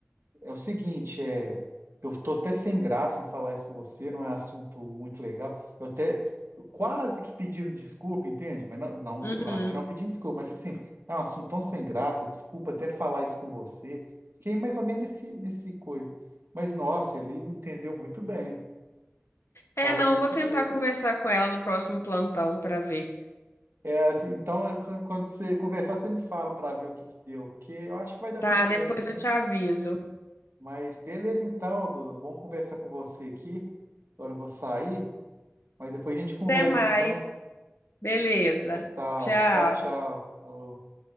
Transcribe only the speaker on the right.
É o seguinte, é, eu tô até sem graça em falar isso com você, não é assunto muito legal. Eu até quase que pedindo desculpa, entende? Mas não, não,
claro que não pedindo desculpa, mas assim, é um assunto tão sem graça, desculpa até falar isso com você. Fiquei mais ou menos nesse, nesse coisa. Mas nossa, ele entendeu muito bem.
Fala
desse.
É,
é, assim, então, é, quan- quando você conversar, você me fala para ver o que que deu, porque eu acho que vai dar
tudo certo,
sim.
Mas beleza, então, Dudu, bom conversar com você aqui. Agora eu vou sair. Mas depois a gente conversa,
então.
Tá,
tchau, tchau. Falou.